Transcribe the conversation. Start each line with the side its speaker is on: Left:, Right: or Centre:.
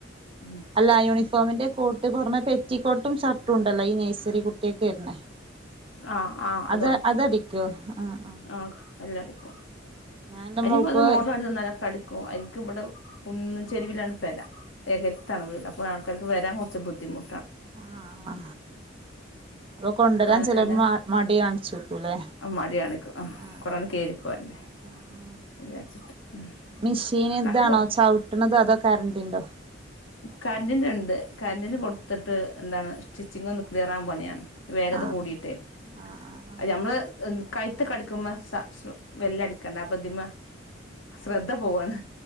Left: ഉം
Right: അല്ല യൂണിഫോമിന്റെ കൊട്ട്പറഞ്ഞ് പെറ്റിക്കോട്ടും ഷർട്ടൂണ്ടല്ലോ ഈ നഴ്സറി കുട്ടിയൊക്കെ ഇരുന്ന
Left: ആഹ് ആഹ് അതും
Right: അത്
Left: അടിക്കും
Right: അതടിക്ക് ആ ആ
Left: ആഹ് എല്ലാടിക്കും
Right: എന്റെ
Left: അയിപഞ്
Right: മോൾക്ക്
Left: ഏത് മോഡൽ കാട്ടിതന്നാലും അടിക്കും എൻക്ക് ഇവ്ടെ കുന്നിൻ ചെരുവിലാണ് പെര ഏകരത്താണ് വീട് അപ്പൊ ആൾക്കാർ വരാം കൊറച്ച് ബുദ്ധിമു
Right: ആ ആ പ്പൊ കൊണ്ടരാൻ
Left: അപ്പ
Right: ചെലര്
Left: അങ്ങനെ
Right: മ മടി കാണിച്ചും പൂലേ
Left: മടിയാണ് ഇക്ക് ആഹ്
Right: ആ
Left: കൊറേണ്ട്
Right: ആ
Left: കേറിപ്പോരണ്ടേ
Right: ആ ആ
Left: വിചാരിച്ചിട്ട് ഉം
Right: മിഷീന്
Left: നടക്കുവോ
Right: ഇതാണോ ചവിട്ടണത് അതൊക് കറൻ്റുണ്ടോ
Left: കരൻ്റിന്റെ ഇണ്ട് കറന്റിന് കൊടുത്തിട്ട് എന്താണ് സ്റ്റിച്ചിങ്ങൊന്ന് ക്ലിയറാവാൻപണിയാണാ വേഗത
Right: ആഹ്
Left: കൂടിട്ടേ
Right: ആഹ് ആഹ്
Left: അത് നമ്മള് എം കഴ്ത്തൊക്കെ അടിക്കുമ്മ സ സു വെല്ല അടിക്കണ്ടേ അപ്പതിമ ശ്രദ്ധ പോവാണ്